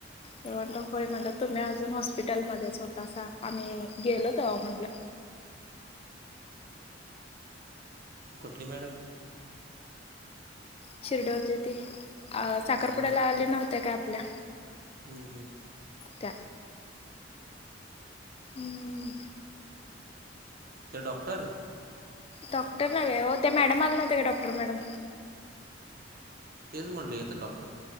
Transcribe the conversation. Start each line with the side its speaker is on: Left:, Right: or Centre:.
Left: तर म्हंटलं, होय म्हटलं, तुम्ही अजून हॉस्पिटलमध्येच होतासा आम्ही गेलं तव्हा म्हणलं.
Right: कुठली मॅड
Left: शिरडोण ची, अ साखरपुड्याला
Right: हम्म
Left: आली नव्हत्या काय आपल्या.
Right: हम्म-हम्म.
Left: त्या हम्म.
Right: तो डॉक्टर.
Left: डॉक्टर नव्हे ओ, त्या मॅडम आले नव्हते का. Doctor madam.
Right: तेच म्हटलं की आता डॉक्टर